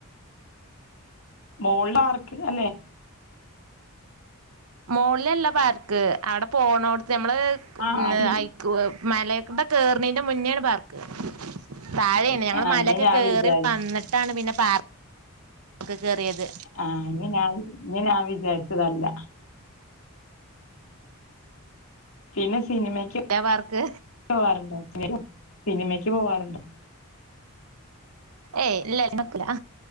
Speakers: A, on the left (about 65°); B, on the right (about 75°).
A: മോളില ആർക്ക് അന്നെ
B: മോളിലല്ല പാർക്ക് അവിടെ പോണോടുത്ത് നഞമ്മള്
A: ആ അടി
B: ഐക്ക് മലക്കയുടെ കറിണീന്റെ മുന്നോണ് പാർക്ക് താഴെയാണ് ഞങ്ങള്ൾ
A: ആ
B: മലയൊക്കെ
A: ഇഞ്ഞ് ഞാൻ
B: കേറി
A: വിചാരി
B: വന്നിട്ടാണ് പിന്നെ പാർ ക്ക് ഒക്കെ കേറിയത്
A: ആ ഇഞ് ഞാൻ ഇഞ് ഞാൻ വിചാരിച്ചതല്ല പിന്നെ സ് സിനിമക്ക്
B: ല്ല പാർക്ക്
A: പോകറുണ്ടോ <unintelligible> സിനിമക്ക് പോവാറുണ്ടോ
B: ഏയ് ഇല്ല സിനിമയ്ക്കില്ല